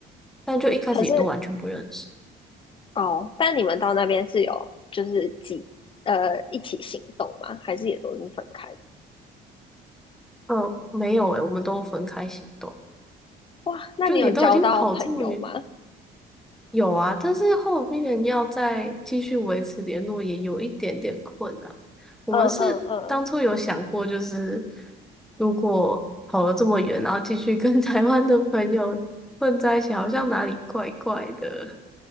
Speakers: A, in the centre; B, on the left.
A: 但就一开始也都完全不认识。
B: 可是哦，但你们到那边是有就是几呃一起行动吗？还是也都是分开的？
A: 嗯，没有诶，我们都分开行动。
B: 哇，那你有交到朋友吗？
A: 就你都已经跑这么远。有啊，但是后面要再继续维持联络也有一点点困难。我们是当初有想过，
B: 嗯嗯嗯，
A: 就是如果跑了这么远，然后继续跟 <laughs> 台湾的朋友混在一起，好像哪里怪怪的。